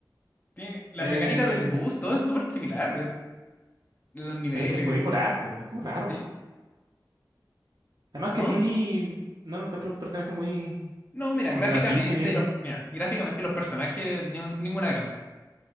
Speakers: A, on the left (about 20°); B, on the right (about 65°).
A: Tiene las
B: Eh,
A: mecánicas del bus, todo es súper similar. eh, Los niveles.
B: pero es que podéis volar, po, es como raro.
A: ¿Sí?
B: Además
A: ¿No?
B: que Didi no lo encuentro un personaje muy
A: No,
B: eh,
A: mira,
B: con
A: gráficamente
B: el apil que tiene.
A: los. Mira, gráficamente los personajes, ni- ninguna gracia.